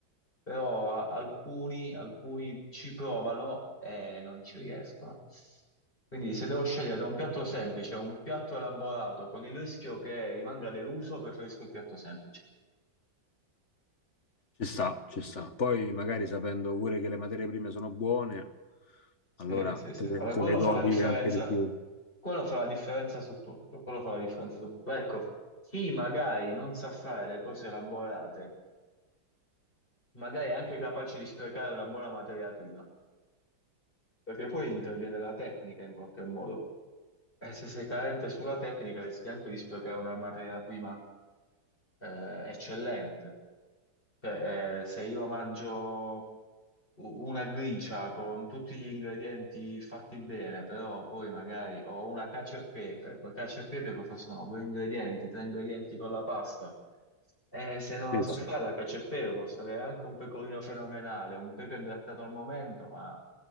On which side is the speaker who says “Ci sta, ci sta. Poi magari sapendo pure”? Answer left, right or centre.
Left